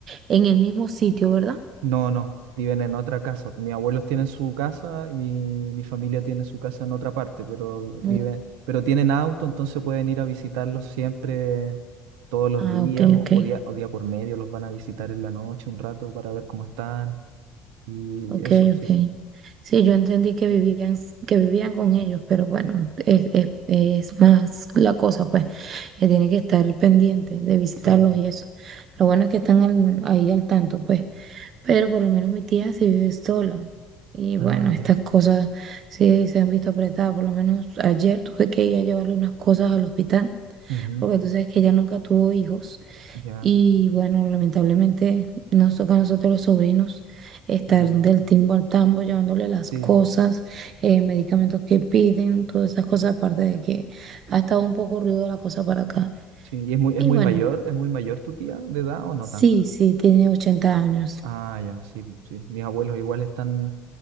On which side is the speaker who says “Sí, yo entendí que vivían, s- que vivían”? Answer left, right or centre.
Right